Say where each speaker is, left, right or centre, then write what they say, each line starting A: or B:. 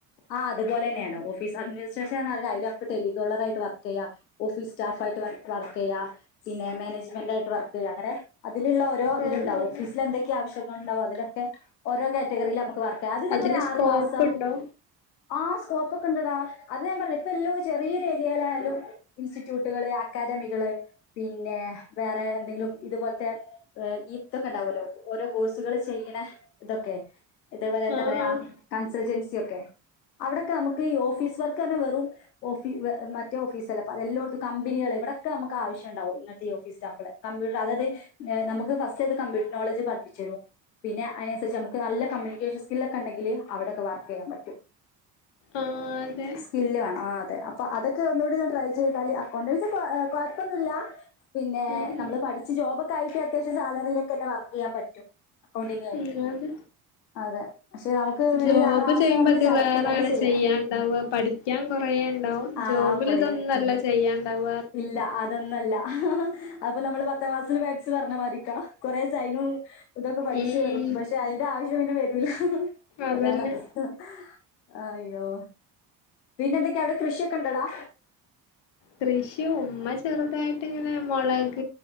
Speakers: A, on the left; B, on the left.
A: ആഹ് അതുപോലെ തന്നെയാണ് ഓഫീസ് അഡ്മിനിസ്ട്രേഷൻന്ന് അതിൽ നമുക്ക് ടെലികോളർായിട്ട് വർക്ക് ചെയ്യാം ഓഫീസ് സ്റ്റാഫ് ആയിട്ട് വർക്ക് ചെയ്യാം പിന്നെ മാനേജ്മെന്റ് ആയിട്ട് വർക്ക് ചെയ്യാം അങ്ങനെ അതിലുള്ള ഓരോ ഇതിലുണ്ടാവും
B: ആഹ് ആഹ്
A: ഓഫീസിൽ എന്തൊക്കെയാ ആവശ്യം ഉണ്ടാവും അതിലൊക്കെ ഓരോ കാറ്റഗറിൽ വർക് ചെയ്യാം അത് ഇതേ
B: അതിന്
A: പോലെ ആറു
B: സ്കോപ്പ്
A: മാസം
B: ഉണ്ടോ
A: ആ സ്കോപ്പ് ഒക്കെ ഇണ്ടടാ അത് ഞാൻ പറഞ്ഞില്ലേ ഇപ്പ എല്ലോ ചെറിയൊരു ഏരിയയിലായാലും ഇൻസ്റ്റിറ്റ്യൂട്ടുകള് അക്കാദമികള് പിന്നെ വേറെ എന്തെങ്കിലും ഇതുപോലത്തെ ഇതൊക്കെ ഉണ്ടാവുമല്ലോ ഓരോ കോഴ്സ് ചെയ്യണ ഇതൊക്കെ ഇതേപോലെ എന്താ
B: ആഹ്
A: പറയാ
B: ആഹ്
A: കൺസൾൻസി ഒക്കെ അവിടൊക്കെ നമുക്ക് ഓഫീസ് വർക്ക് തന്നെ വെറും ഓഫീ മറ്റ ഓഫീസല്ല എല്ലാടത്തും കമ്പിനികൾ ഇവിടൊക്കെ നമുക്ക് ആവശ്യംണ്ടാവും ഇന്നത്തെ ഓഫീസ് സ്റ്റാഫ്കളെ കമ്പ്യൂട്ടർ അതായത് നമുക്ക് ഫസ്റ്റ് അത് കമ്പ്യൂട്ടർ നോളജ് പഠിപ്പിച്ച് തരും പിന്നെ അതിനനുസരിച്ച് നമുക്ക് നല്ല കമ്മ്യൂണിക്കേഷൻ സ്കില്ലൊക്കെ ഉണ്ടെങ്കിൽ അവിടെക്കെ വർക്ക് ചെയ്യാൻ പറ്റും
B: ആഹ് അതെ
A: സ്കില് വേണം ആഹ് അതെ അപ്പൊ അതൊക്കെ ഒന്നുകൂടി ഒന്ന് ട്രൈ ചെയ്താല് അക്കൗണ്ടൻസി കൊഴപ്പൊന്നുമില്ല പിന്നെ
B: ഉം
A: നമ്മള്
B: ഉം
A: പഠിച്ച ജോബൊക്കെ ആയിട്ട് അത്യാവശ്യം സാലറിയിലക്കെന്നെ വർ ചെയ്യാൻ പറ്റും അക്കൗണ്ടിങ്
B: ഉം അത്
A: അതെ പക്ഷെ നമുക്ക്
B: ജോബ്
A: ഒരു ആറ് മാസം
B: ചെയ്യുമ്പോ
A: നമുക്ക്
B: ഇത്
A: ചടപ്പില്ലാതെ
B: വേറെയാണ്
A: ചെയ്യണം
B: ചെയ്യാൻ ഉണ്ടാവുക പഠിക്കാൻ കൊറേ ഇണ്ടാവും
A: ആ
B: ജോബിൽ
A: കൊടേ
B: ഇതൊന്നല്ല ചെയ്യാൻ ഉണ്ടാവ
A: ഇല്ല അതൊന്നല്ല അപ്പൊ നമ്മള് പത്താം ക്ലാസ്സിൽ മാക്സ് പറഞ്ഞ മാതിരിക്ക കൊറേ സൈനും ഇതൊക്കെ പഠിച്ചു
B: ഉം ഉം
A: പക്ഷെ അതിന്റെ ആവശ്യം പിന്നെ വ <unintelligible>
B: അതന്നെ
A: അതാണ് അവസ്ഥ ആ അയ്യോ പിന്നെന്തൊക്കെയാ അവിടെ കൃഷിയൊക്കെണ്ടടാ
B: കൃഷി ഉമ്മ ചെറുതായിട്ടിങ്ങനെ മൊളക്